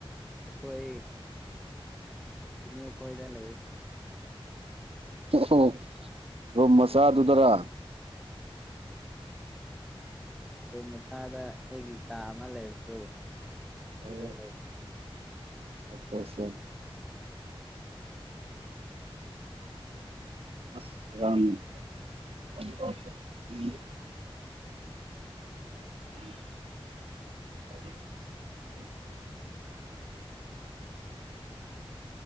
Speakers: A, in the centre; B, on the right.
A: ꯑꯩꯈꯣꯏ ꯏꯅꯦ ꯑꯩꯈꯣꯏꯣꯏꯗ ꯂꯩ
B: ꯑꯣ ꯑꯣ ꯃꯁꯥ ꯑꯗꯨꯗꯔ
A: ꯑꯗꯨ ꯃꯁꯥꯗ ꯑꯩꯒꯤ ꯀꯥ ꯑꯃ ꯂꯩꯕꯗꯣ ꯑꯗꯨꯗ
B: ꯑꯣ
A: ꯂꯩ
B: ꯑꯆꯥ ꯑꯆꯥ
A: ꯑ
B: ꯑꯝ ꯎꯝ